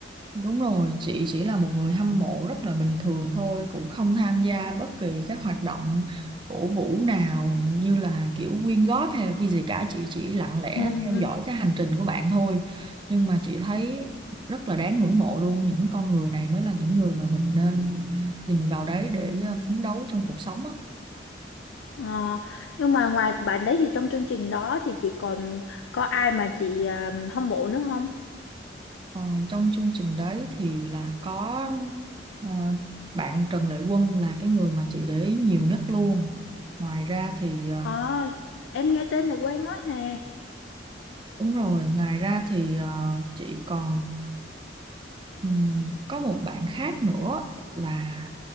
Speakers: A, on the right; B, on the left.
A: Đúng rồi, chị chỉ là một người hâm mộ rất là bình thường thôi, cũng không tham gia bất kỳ các hoạt động cổ vũ nào như là kiểu quyên góp hay là cái gì cả, chị chỉ lặng lẽ
B: Ừ,
A: theo
B: ừ.
A: dõi cái hành trình của bạn thôi. Nhưng mà chị thấy rất là đáng ngưỡng mộ luôn, những con người này mới là những người mà mình nên nhìn vào đấy để ờ, phấn đấu trong cuộc sống á.
B: Ờ, nhưng mà ngoài bạn đấy thì trong chương trình đó thì chị còn có ai mà chị ờ, hâm mộ nữa không?
A: Ờ, trong chương trình đấy thì là có ờ, bạn Trần Lệ Quân là cái người mà chị để ý nhiều nhất luôn. Ngoài ra thì ờ,
B: Ờ, em nghe tên này quen quá nè.
A: Đúng rồi, ngoài ra thì ờ, chị còn ừm, có một bạn khác nữa là